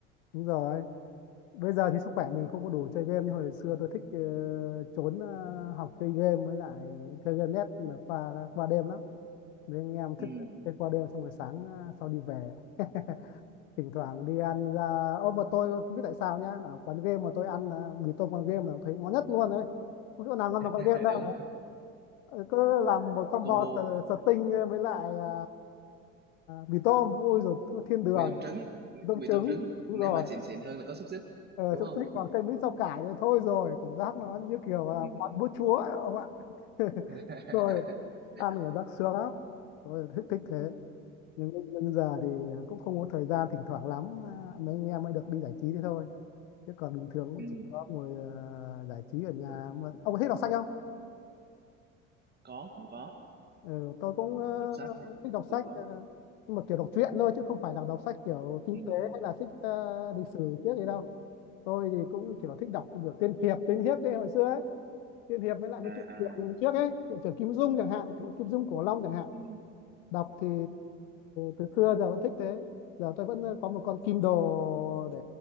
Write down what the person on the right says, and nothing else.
ừ.
<laughs>
đúng
Ờ,
combo
mì tôm trứng
mì
tôm trứng
nếu
mà xịn xịn hơn là có xúc xích
đúng
không
ừ.
<laughs>
ừ.
có cũng có
đọc sách thì
cũng
có
ừ.
à
à
ừ.